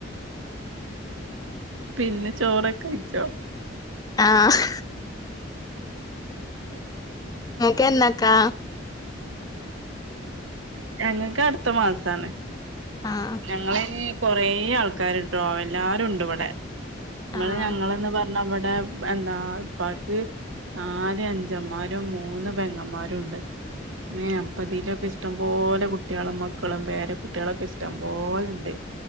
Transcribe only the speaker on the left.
ആഹ് ങ്ങക്കെന്നക്കാ
ആഹ്
ആഹ്